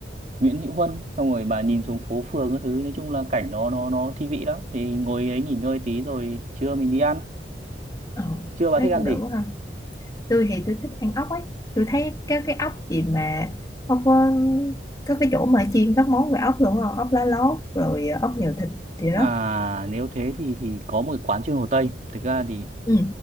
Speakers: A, on the right (about 40°); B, on the left (about 20°).
A: Nguyễn Hữu Huân xong rồi bà nhìn xuống phố phường các thứ nói chung là cảnh nó nó nó thi vị lắm thì ngồi đấy nghỉ ngơi tí rồi trưa mình đi ăn
B: ờ,
A: trưa bà
B: thấy
A: thích ăn
B: cũng
A: gì
B: được quá ha tôi thì tôi thích ăn ốc ấy tôi thấy cái cái ốc gì mà ốc ờ, có cái chỗ mà chiên các món về ốc luôn á ốc lá lốt rồi ốc nhiều thịt gì đó
A: À nếu thế thì thì có một cái quán trên Hồ Tây Thực ra thì
B: ừ